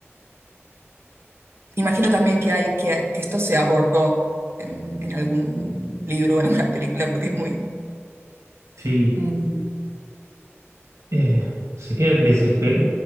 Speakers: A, on the right; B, on the right.
A: Imagino también que hay que, que esto se abordó en, en algún libro o en alguna película porque es muy...
B: Sí.
A: muy-
B: Eh, sería desesperado.